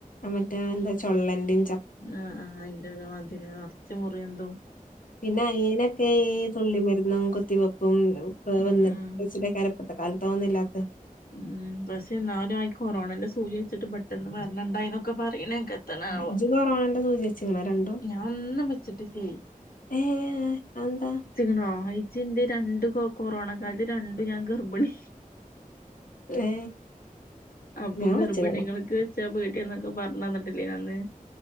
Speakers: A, on the left (about 65°); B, on the left (about 85°).
A: മറ്റേ എന്താ ചൊള്ളന്റേം
B: ആഹ് ആഹ് അയിന്റെക്കെ വതിരി മറച്ച മുറി എന്തും
A: പിന്നെ അയിനൊക്കെ ഈ തുള്ളി മരുന്നും കൊത്തിവെപ്പും ഒ
B: ഉം
A: വന്നിട്ട്ച്ച
B: ഉം
A: ക ഇത്തെ കാലത്ത് തന്നില്ലാത്ത
B: ഉം പക്ഷെ എന്നാലും ആയി കൊറോണന്റെ സൂചി വെച്ചിട്ട് പെട്ടെന്ന് വരണിണ്ടായി ഒക്കെ പറയണ കത്തണ ആവാ
A: ഇജ്ജ് കൊറോണന്റെ സൂചി വെച്ച്ക്ക്ണോ രണ്ടും
B: ഞാൻ ഒന്നും വെച്ചിട്ടില്ലേ
A: ഏ എന്താ
B: ണോ അച്ചിന്റെ രണ്ടു കൊറോണ കാലത്ത് രണ്ടു ഞാൻ ഗർഭിണി
A: ഏ
B: അപ്പൊ
A: ഞാൻ
B: ഗർഭിണികൾകൊക്കെ
A: വെച്ച്ക്ക്ണ്
B: വെച്ചാ വീട്ടിയന്നൊക്കെ പറഞ്ഞു തന്നിട്ടില്ലേ അന്ന്